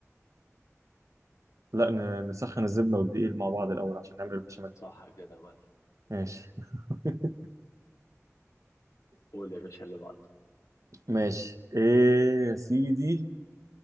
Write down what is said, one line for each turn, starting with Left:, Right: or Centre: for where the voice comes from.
Right: لا ن- نسخن الزبدة والدقيق مع بعض الأول عشان نعمل البشاميل
Left: صح كده يا معلم
Right: ماشي <laughs>
Left: قول يا باشا اللي بعده
Right: ماشي ايه يا سيدي